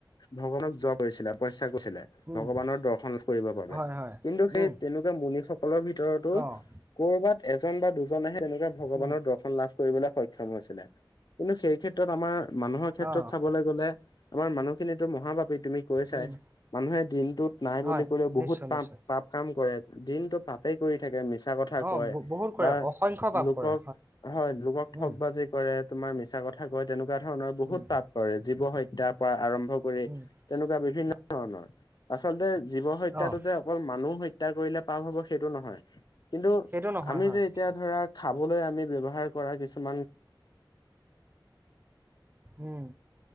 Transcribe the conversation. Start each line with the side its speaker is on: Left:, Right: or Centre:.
Left: ভগৱানক যপ কৰিছিলে তপস্যা কৰিছিলে
Right: উম,
Left: ভগৱানৰ দৰ্শন কৰিবৰ বাবে।
Right: হয়, হয়,
Left: কিন্তু সেই
Right: উম,
Left: তেনেকুৱা মুনি সকলৰ ভিতৰতো
Right: অ',
Left: কৰবাত এজ জন বা দুজনেহে তেনেকুৱা ভগৱানৰ
Right: উম,
Left: দৰ্শন লাভ কৰিবলৈ সক্ষম হৈছিলে কিন্তু সেই ক্ষেত্ৰত আমাৰ মানুহৰ ক্ষেত্ৰত
Right: অ',
Left: চাবলে আমাৰ মানুহখিনিটো মহা পাপি। তুমি কৈছাই
Right: উম,
Left: মানুহে দিনটোত নাই
Right: হয়,
Left: বুলি ক'লেও বহুত
Right: নিশ্চয়,
Left: পাপ
Right: নিশ্চয়,
Left: পাপ কাম কৰে। দিনটো পাপেই কৰি থাকে, মিছা কথা
Right: অ',
Left: কয়
Right: ব- বহুত কৰে
Left: বা
Right: অসংখ্য পাপ
Left: লোকক
Right: কৰে
Left: হয় লোকক ঠগ
Right: উম,
Left: বাজি কৰে, তোমাৰ মিছা কথা কয় তেনেকুৱা ধৰণৰ বহুত
Right: উম,
Left: পাপ কৰে। জীৱ হত্যাৰ পৰা আৰম্ভ কৰি
Right: উম,
Left: তেনেকুৱা বিভিন্ন ধৰণৰ আচলতে জীৱ হত্যাটো
Right: অ',
Left: যে অকল মানুহ হত্যা কৰিলে পাপ হব সেইটো নহয় কিন্তু
Right: সেইটো নহয়
Left: আমি
Right: হয়,
Left: যে এতিয়া ধৰা খাবলৈ আমি ব্যৱহাৰ কৰা কিছুমান
Right: উম